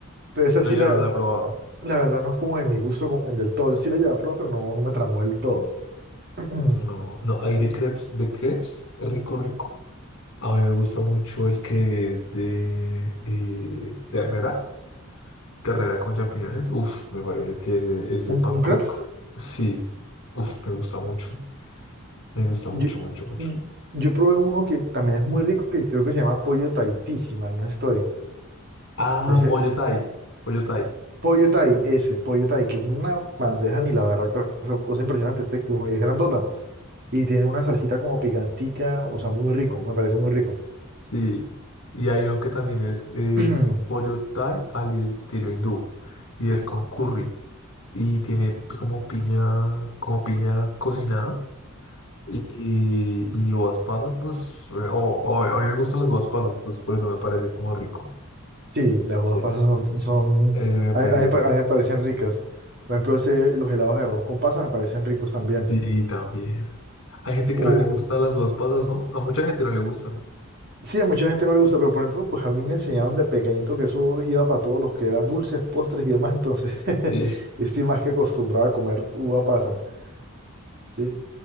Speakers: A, on the right; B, on the left.
A: pero esa
B: pero
A: sí la,
B: yo no la he probado.
A: la verdad no es como de mi gusto como- del todo. Sí la llevé a probar, pero no, no me tramó del todo. <clears throat> ¿Un,
B: No, no, hay de crepes, de crepes, rico, rico. A mí me gusta mucho el que es de eh, ternera, ternera con champiñones. Uf, me parece que ese, ese
A: un
B: pan cook,
A: crepes?
B: sí, uf, me gusta mucho, me gusta
A: Yo,
B: mucho, mucho, mucho.
A: yo, yo probé uno que también es muy rico, que creo que se llama pollo Tahití, si mal no estoy.
B: Ah,
A: Ese,
B: pollo Thai, pollo Thai,
A: pollo Thai, ese, pollo Thai, que es una bandeja ni la verdad, cosa, cosa impresionante, este, es grandota. Y tiene una salsita como picantica, o sea, muy rico, me parece muy rico.
B: sí. Y hay uno que también es, es
A: <clears throat> Ujú.
B: pollo Thai al estilo hindú y es con curry y tiene como piña, como piña cocinada. Y, y uvas pasas, pues, eh, o, o a mí me gustan las uvas pasas, pues por eso me parece como rico.
A: Sí, las uvas
B: Sí.
A: pasas son, son-
B: Eh, me
A: a,
B: parece
A: a mí, me
B: rico.
A: pa- a mí me parecen ricas. Por ejemplo, ese- los helados de arroz con pasas me parecen ricos también.
B: Sí, también. Hay gente
A: O,
B: que no le gustan las uvas pasas, ¿no? A mucha gente no le gustan.
A: Sí, a mucha gente no le gusta, pero por ejemplo, pues a mí me enseñaron de pequeñito que eso iba para todos los que eran dulces, postres y demás, entonces <laughs>
B: Sí,
A: yo estoy más que acostumbrado a comer uva pasa, ¿sí?